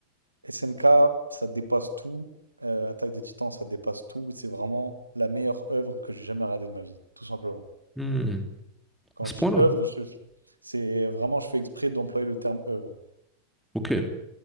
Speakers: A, on the right; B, in the centre.
A: SNK, ça dépasse tout. Euh, Attaque des Titans, ça dépasse tout. C'est vraiment la meilleure œuvre que j'ai jamais regardée de ma vie, tout simplement.
B: Hmm,
A: Quand
B: à ce
A: je
B: point-là?
A: dis œuvre, je- je- c'est vraiment, je fais exprès d'employer le terme œuvre.
B: Ok.